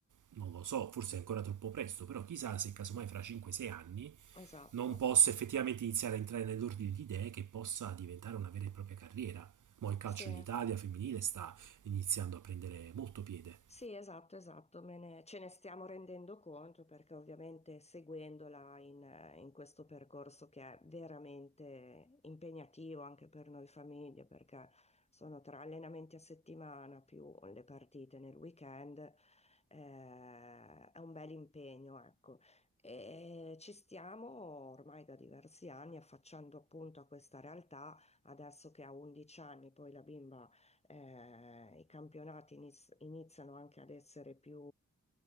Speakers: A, on the right (about 75°); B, on the left (about 20°).
A: non lo so, forse è ancora troppo presto, però chissà se casomai fra 5-6 anni
B: esatto,
A: non possa effettivamente iniziare a entrare nell'ordine di idee che possa diventare una vera e propria carriera. Ma il calcio
B: sì.
A: in Italia femminile sta iniziando a prendere molto piede.
B: Sì, esatto, esatto, me ne- ce ne stiamo rendendo conto perché ovviamente seguendola in, eh, in questo percorso che è veramente impegnativo anche per noi famiglie, perché sono tre allenamenti a settimana più le partite nel weekend, eh, è un bel impegno, ecco. E ci stiamo ormai da diversi anni affacciando appunto a questa realtà, adesso che ha 11 anni, poi la bimba eh, i campionati iniz- iniziano anche ad essere più,